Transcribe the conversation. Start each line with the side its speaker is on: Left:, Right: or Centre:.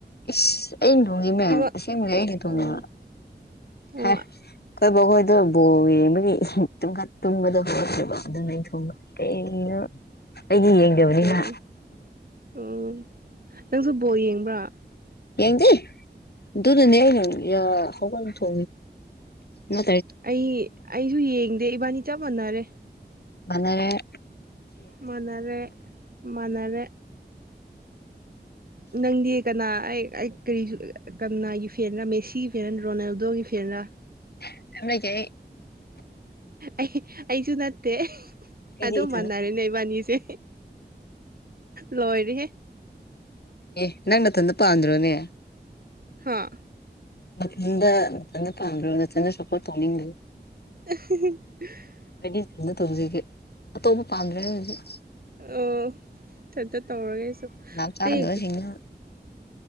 Left: ꯏꯁꯁ ꯑꯩꯅ ꯊꯣꯡꯉꯤ ꯃꯦꯝ
Right: ꯏꯃꯥ
Left: ꯑꯁꯦꯡꯕꯁ ꯑꯩꯅ ꯊꯣꯡꯉꯤꯕ
Right: ꯑꯣ ꯑꯣ
Left: ꯑꯩꯈꯣꯏ ꯕꯈꯣꯏꯗꯣ ꯕꯣꯜ ꯌꯦꯡꯕꯒꯤ ꯇꯨꯝꯈꯠ ꯇꯨꯝꯕꯗꯣ ꯍꯧꯔꯛ꯭ꯔꯦꯕꯣ ꯑꯗꯨꯅ ꯑꯩ ꯊꯣꯡꯕ ꯀꯗꯣ ꯑꯩꯒꯤ ꯌꯦꯡꯗꯕꯅꯤꯅ
Right: ꯎꯝ ꯎꯝ ꯅꯪꯁꯨ ꯕꯣꯜ ꯌꯦꯡꯕ꯭ꯔꯥ
Left: ꯌꯦꯪꯗꯦ ꯑꯗꯨꯗꯨ ꯅꯦ ꯍꯒꯁꯨ ꯃꯥ
Right: ꯑꯩ ꯑꯩꯁꯨ ꯌꯦꯡꯗꯦ ꯏꯕꯥꯅꯤ ꯆꯞ ꯃꯥꯟꯅꯔꯦ
Left: ꯃꯉꯔ
Right: ꯃꯅꯔꯦ ꯃꯅꯔꯦ ꯅꯪꯗꯤ ꯀꯅꯥ ꯑꯩ ꯀꯔꯤ ꯀꯅꯥ ꯌꯨꯐꯦꯟꯅ ꯃꯦꯁꯤ ꯐꯦꯔꯅ ꯔꯣꯅꯥꯜꯗꯣꯒꯤ ꯐꯤꯔꯅ
Left: ꯍ ꯀꯩꯂꯩꯇꯦꯍꯦ
Right: ꯑꯩ ꯑꯩꯁꯨ ꯅꯠꯇꯦ
Left: ꯑꯩꯗꯤ
Right: ꯑꯗꯨꯝ
Left: ꯏꯊꯟꯇ
Right: ꯃꯥꯟꯅꯔꯦꯅꯦ
Left: ꯄꯥꯝꯖꯩ
Right: ꯏꯕꯥꯅꯤꯁꯦ ꯂꯣꯏꯔꯤꯍꯦ
Left: ꯑꯦ ꯅꯪ ꯇꯟꯄꯥꯗ꯭ꯔꯣꯅꯦ
Right: ꯍꯥ
Left: ꯃꯊꯟꯗ ꯅꯆꯟꯗ ꯄꯥꯝꯕꯔꯣ ꯅꯊꯟꯗ ꯁꯞꯄꯣꯔꯠ ꯇꯧꯅꯤꯡꯕ꯭ꯔꯣ
Right: <unintelligible>
Left: ꯍꯥꯏꯗꯤ ꯇꯧꯖꯒꯦ ꯑꯇꯣꯞꯄ ꯄꯥꯝꯗ꯭ꯔꯦ ꯍꯧꯖꯤꯛ
Right: ꯑꯣ ꯊꯇ ꯇꯧꯔꯒꯦ ꯑꯩꯁꯨ
Left: ꯂꯥꯞ ꯆꯥꯗꯕꯁꯤꯡꯅ
Right: ꯑꯩ